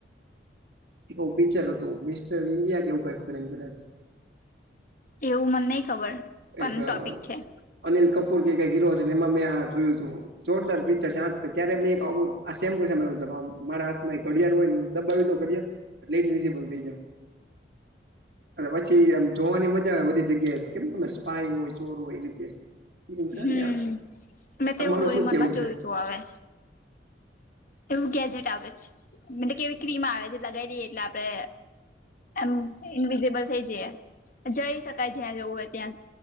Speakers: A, on the right; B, on the left.
A: એકું પિક્ચર હતું મિસ્ટર ઇન્ડિયા કેવું કઈક કરીને કદાચ.
B: એવું મને નહી ખબર. પણ
A: એક અ
B: ટોપિક છે
A: અનિલ કપૂર કે ક હીરો છે એમાં મેં જોયું જોરદાર પિક્ચર છે ત્યારે મે એક આવું આ સેમ ટુ સેમ મારા હા માં એક ઘડિયાળ હોય ને દબાવ્યું તો ઘડિયાળ ઈન વીઝિબલ થઈ જાવ. અને પછી એમ જોવાની મજા આવે બધી જગ્યાએ કેમ તને પાય હોય ચોર હોય એ રીતે ફિલિંગ સારી
B: હમ્મ
A: આવે
B: મેં
A: તમારું
B: તેવું ડોળી
A: શું
B: મોનમાં
A: કેવું
B: જોયું
A: છે
B: તું હવે. એવું ગેજેટ આવે છે ને બધી કે એવી ક્રીમ આવે છે લગાવી દઈએ એટલે આપડે એમ ઇનવિઝિબલ થઇ જઈએ. જઈ શકાય જ્યાં જવું હોય ત્યાં